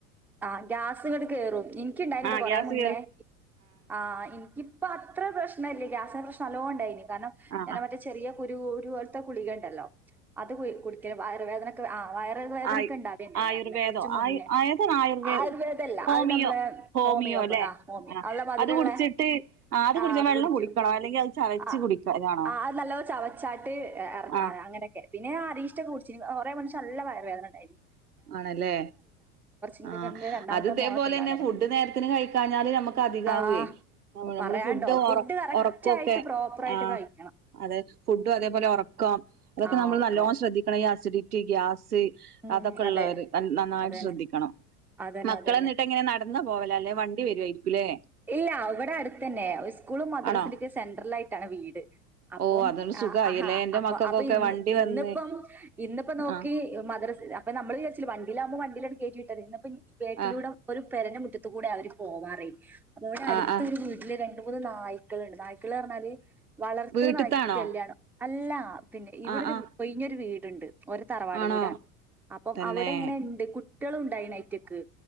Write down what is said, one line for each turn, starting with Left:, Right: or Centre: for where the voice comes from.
Centre: ആഹ ഗ്യാസ് ഇങ്ങട്ട് കയറും എനിക്ക് ഇണ്ടായിണ്ട്
Right: ആ
Centre: കൊറേ
Right: ഗ്യാസ്
Centre: മുന്നേ
Right: കേറും
Centre: ആ എനിക്കിപ്പോ അത്ര പ്രശ്നല്ലേ ഗ്യാസിന്റെ പ്രശ്നം എനിക്ക് നല്ലോം ഉണ്ടായിനി കാരണം
Right: ആ
Centre: ഞാൻ
Right: ആ
Centre: മറ്റേ ചെറിയ കുരുരു പോലത്തെ കുളിക ഉണ്ടല്ലോ അത് കുടിക്ക വയറുവേദന ആ വയർ വേദനൊക്കെ
Right: ആയു
Centre: ഇണ്ടാവുണ്ടായി
Right: ആയുർവേദോ
Centre: അത് കുറച്ച് മുന്നേ
Right: ആയു ഏതാണ് ആയുർവേ
Centre: ആയുർവേദമല്ല
Right: ഹോമിയോ
Centre: അത് നമ്മള്
Right: ഹോമിയോ
Centre: ഹോമിയോപ്പ
Right: ല്ലെ
Centre: ആ ഹോമിയോ
Right: ആഹ്
Centre: അല്ല മധുരമുള്ള
Right: അത് കുടിച്ചിട്ട് ആഹ് അത്
Centre: ആ
Right: കുടിച്ച വെള്ളം
Centre: കുടിക്കു
Right: കുടിക്കണോ അല്ലെങ്കി അത് ചവച്ച്
Centre: ആ
Right: കുടിക്കലാണോ
Centre: ആ അത് നല്ല ചവച്ചാട്ട് ഇറക്കാൻ
Right: ആഹ്
Centre: അങ്ങനെയൊക്കെ പിന്നെ ആ അരിസ്റ്റോക്കെ കുടിച്ചു കൊറെ പക്ഷേ എനിക്ക് നല്ല വയർവേദന ഉണ്ടായിരുന്നു
Right: ആണല്ലേ
Centre: എനിക്ക്
Right: ആ
Centre: തോന്നുന്നുണ്ട് രണ്ടാമത്തെ
Right: അത് ഇതേപോലെതന്നെ
Centre: മോളൊക്കെ ഉണ്ടാവണേന്
Right: ഫുഡ്
Centre: മുന്നേ
Right: നേരത്തിന് കഴിക്കാഞ്ഞാല് നമുക്ക് അധികാവേ
Centre: ആഹ്
Right: നമ്മള്
Centre: പറയാണ്ടോ
Right: ഫുഡ്‌
Centre: ഫുഡ് കറക്റ്റ്
Right: ഉറക്കൊക്കെ
Centre: ആയിട്ട് പ്രോപ്പർ ആയിട്ട്
Right: ആ
Centre: കഴിക്കണം
Right: അതെ ഫുഡും അതേപോലെ ഉറക്കം അതൊക്കെ
Centre: ആ
Right: നമ്മള്
Centre: ഉറക്ക
Right: നല്ലോണം ശ്രദ്ധിക്കണം ഈ അസി അസിഡിറ്റി ഗ്യാസ്
Centre: ഉം
Right: അതൊക്കെള്ളവര്
Centre: അതെ
Right: നന്നായിട്ട്
Centre: അതന്നെ
Right: ശ്രദ്ധിക്കണം
Centre: അതന്നെ
Right: മക്കള്
Centre: അതന്നെ
Right: എന്നിട്ട് ഇങ്ങനെ നടന്ന പോവല് അല്ലേ വണ്ടി വരുയിരിക്കും അല്ലേ
Centre: ഇല്ല അവിടെ അടുത്തന്നെ സ്കൂള് മദ്രാസിന്റെൊക്കെ
Right: ആണോ
Centre: സെൻട്രൽ ആയിട്ടാണ് വീട് അപ്പം
Right: ഓ അതൊണ്ട് സുഖായില്ലേ
Centre: ആഹ് ആഹ
Right: എന്റെ
Centre: അപ്പൊ
Right: മക്കൾക്കൊക്കെ
Centre: അപ്പൊ ഇ
Right: വണ്ടി വന്ന്
Centre: ഇന്നിപ്പം ഇന്നപ്പം നോക്കി
Right: ആ
Centre: അപ്പ നമ്മള് വിചാച്ച വണ്ടിാാവുമ്പോ വണ്ടിയിലാണ് കേട്ടി വിട്ടത് ഇന്നപ്പ ബേക്കിലൂടെ
Right: ആ
Centre: ഒരു പെരേനെ മുറ്റ കൂടെ അവര് പോവാറായ് ഈടെ അടുത്തൊരു
Right: ആ ആ
Centre: വീട്ടില് മൂന്ന് നായ്ക്കളുണ്ട് നായ്ക്കള് പറഞ്ഞാല് വളർത്തുന്ന
Right: വീട്ടിത്താണോ
Centre: നായ്ക്ക <unintelligible> അല്ല പിന്നെ ഇവിടൊരു
Right: ആ ആ
Centre: ഒഴിഞ്ഞൊരു വീടുണ്ട് ഒരു തറവാട്
Right: ആണോ
Centre: വീടാണ് അപ്പം
Right: തന്നെ
Centre: അവിടെ എങ്ങനെ ഉണ്ട് കുട്ടികള ഉണ്ടായി അയിട്ടകക്ക്